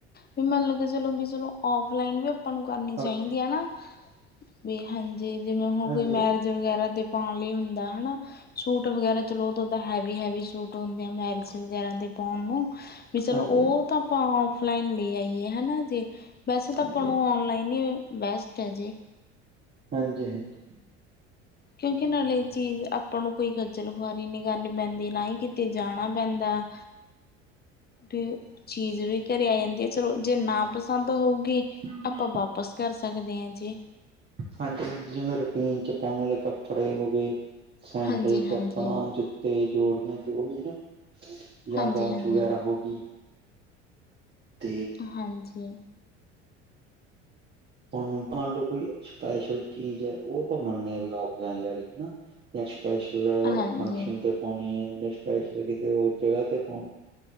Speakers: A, on the left; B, on the right.
A: ਵੀ ਮੈਂਨੂੰ ਲੱਗਦਾ ਚਲੋ, ਵੀ ਚਲੋ ਔਫਲਾਈਨ ਆ ਆਪਾਂ ਨੂੰ ਕਰਨੀ ਚਾਈਦੀ
B: ਓਕੇ
A: ਐ ਨਾ, ਵੀ ਹਾਂਜੀ ਜਿਵੇਂ ਹੋਗਈ
B: ਹਾਂਜੀ
A: ਮੈਰਿਜ ਵਗੈਰਾ ਤੇ ਪਾਣ ਲਈ ਹੁੰਦਾ ਹੈਨਾ, ਸੂਟ ਵਗੈਰਾ ਚਲੋ ਉਦੋਂ ਹੈਵੀ-ਹੈਵੀ ਸੂਟ ਹੁੰਦੇ ਆ ਮੈਰਿਜ ਜ ਵਗੈਰਾ ਦੇ ਪੋਣ ਨੂੰ, ਵੀ ਚਲੋ
B: ਹਾਂਜੀ
A: ਓ
B: ਹਾਂਜੀ
A: ਤਾਂ ਆਪਾਂ ਔਫਲਾਈਨ ਲੇ ਆਈਏ ਹੈਨਾ ਜੇ ਵੈਸੇ ਤਾਂ
B: ਹਾਂਜੀ
A: ਆਪਾਂ ਨੂੰ ਔਨਲਾਇਨ ਈ ਬੈਸਟ ਐ ਜੀ।
B: ਹਾਂਜੀ-ਹਾਂਜੀ ਹਾਂ
A: ਕਿਉਂਕਿ ਨਾਲੇ ਚੀਜ਼ ਆਪਾਂ ਨੂੰ ਕੋਈ ਖੱਜਲ ਖੁਆਰੀ ਨਹੀਂ ਕਰਨੀ ਪੈਂਦੀ, ਨਾ ਹੀ ਕਿਤੇ ਜਾਣਾ ਪੈਂਦਾ।
B: ਹੂੰ। <unintelligible>
A: ਵੀ ਉਹ ਚੀਜ਼ ਵੀ ਘਰੇ ਆ ਜਾਂਦੀ ਆ, ਚਲੋ ਜੇ ਨਾ ਪਸੰਦ ਹੋਊਗੀ
B: ਹਾਂਜੀ
A: ਆਪਾਂ ਵਾਪਸ। ਕਰ ਸਕਦੇ ਹਾਂ ਜੀ।
B: ਹਾਂਜੀ ਹਾਂਜੀ ਜਿਵੇਂ ਰੂਟੀਨ 'ਚ ਪਾਉਣ ਵਾਲੇ ਕੱਪੜੇ ਹੋ ਗਏ, ਸੈਂਡਲ,
A: ਹਾਂਜੀ ਹਾਂਜੀ
B: ਚੱਪਲਾਂ, ਜੁੱਤੀ। ਤੇ ਜੋੜੀਆਂ ਜੋ ਵੀ ਹੈਂ, ਜਾਂ
A: ਹਾਂਜੀ
B: ਵਾਚ
A: ਹਾਂਜੀ
B: ਵਗੈਰਾ ਹੋ ਗਈ। ਤੇ।
A: ਹਾਂਜੀ।
B: ਤਾਂ ਹੁਣ ਮੰਨ ਲਓ ਕੋਈ ਸਪੈਸ਼ਲ ਚੀਜ਼ ਹੈ, ਉਹ ਆਪਾਂ ਮੰਨਦੇ ਹਾਂ ਵੀ ਔਫਲਾਈਨ ਲੈ ਲੋ ਹੈਨਾ। ਜਾਂ ਸਪੈਸ਼ਲ
A: ਹਾਂਜੀ
B: ਫੰਕਸ਼ਨ ਤੇ। ਪਾਉਣੀ ਹੈ, ਜਾਂ ਸਪੈਸ਼ਲ ਕਿਤੇ ਹੋਰ ਜਗ੍ਹਾ ਤੇ ਪਾਉਣੀ ਹੈ,